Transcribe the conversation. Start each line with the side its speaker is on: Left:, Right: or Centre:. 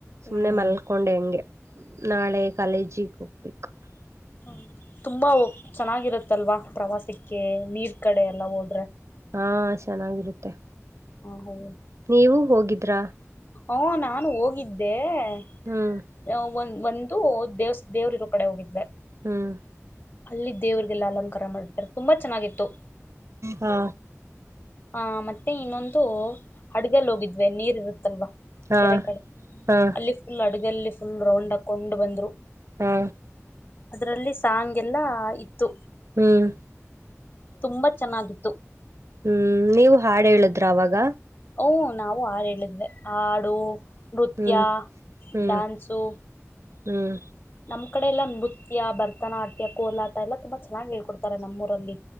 Left: ಹ್ಮ್
Right: ಸುಮ್ನೆ ಮಲ್ಕೊಂಡೆ ಹೆಂಗೆ ನಾಳೆ ಕಾಲೇಜಿ ಪ
Left: ಹ ತುಂಬಾ ಚೆನ್ನಾಗಿರತ್ತಲ್ವಾ ಪ್ರವಾಸಕ್ಕೆ ನೀರ್ ಕಡೆ ಎಲ್ಲಾ ಹೋದ್ರೆ
Right: ಹಾ ಚೆನ್ನಾಗಿರುತ್ತೆ
Left: ಹೌ
Right: ನೀವು ಹೋಗಿದ್ರಾ <unintelligible>
Left: ಹಓ ನಾನು ಹೋಗಿದ್ದೆ <unintelligible>
Right: ಹ್ಮ್
Left: ಯ ಹೂ ಒನ್ ಒಂದು ದೇವ್ಸ್ ದೇವ್ ದೇವ್ರ ಇರೋ ಕಡೆ ಹೋಗಿದೆ
Right: ಹ್ಮ್
Left: ಅಲ್ಲಿ ದೇವ್ರರಿಗೆಲ್ಲ ಅಲಂಕಾರ ಮಾಡತಾರೆ ತುಂಬಾ ಚೆನ್ನಾಗಿತ್ತು
Right: ಹಾ
Left: ಆ ಮತ್ತೆ ಇನ್ನೊಂದು ಹಡ್ಗಲ್ ಹೋಗಿದ್ವೆ ನೀರ್ ಇರುತ್ತಲ್ವಾ
Right: ಹಾ
Left: ಕೆರೆ ಕಡೆ
Right: ಹಾ
Left: ಅಲ್ಲಿ ಫುಲ್ ಆ ಅಡಗಲ್ಲಿ ಫುಲ್ ರೌಂಡ್ ಹಾಕ್ಕೊಂಡು ಬಂದ್ರು
Right: ಹಾ
Left: ಅದ್ರಲ್ಲಿ ಸಾಂಗ್ ಎಲ್ಲಾ ಇ ತ್ತು
Right: ಹ್ಮ್
Left: ತುಂಬಾ ಚೆನ್ನಾಗಿತ್ತು
Right: ಹ್ಮ್ ನೀವು ಹಾಡು ಹೇಳುದ್ರ ಅವಾಗ
Left: ಓ ನಾವು ಹಾಡು ಹೇಳಿದ್ವಿ ಹಾಡು ನೃತ್ಯ
Right: ಹ್ಮ್ ಹ್ಮ್
Left: ಡ್ಯಾನ್ಸು
Right: ಹ್ಮ್
Left: ನಮ್ಮ್ ಕಡೆ ಎಲ್ಲ ನೃತ್ಯ ಭರತನಾಟ್ಯ ಕೋಲಾಟ ಎಲ್ಲಾ ತುಂಬಾ ಚೆನ್ನಾಗಿ ಹೇಳ್ಕೊಡ್ತಾರೆ ನಮ್ಮೂರಲ್ಲಿ